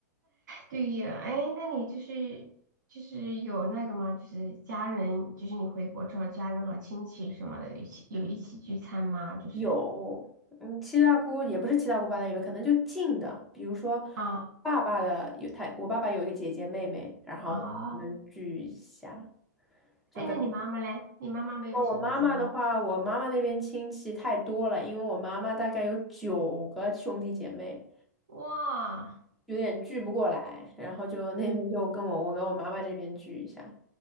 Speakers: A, on the right (about 85°); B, in the centre.
A: 对呀，哎，那你就是就是有那个吗？就是家人，就是你回国之后，家人和亲戚什么的，一起有一起聚餐吗？
B: <laughs>
A: 就是
B: 有，嗯，七大姑也不是七大姑八大姨吧，可能就近的，比如说我爸爸的有他，
A: 啊
B: 我爸爸有一个姐姐妹妹，然后我们聚一下，
A: 哦，
B: 就跟。
A: 哎，那你妈妈嘞？
B: 哦，
A: 你妈妈没有兄弟姐妹吗
B: 我妈妈的话，我妈妈那边亲戚太多了，因为我妈妈大概有九个兄弟姐妹。
A: 哇，
B: 有点聚不过来，然后就那边就跟我，我跟我妈妈这边聚一下。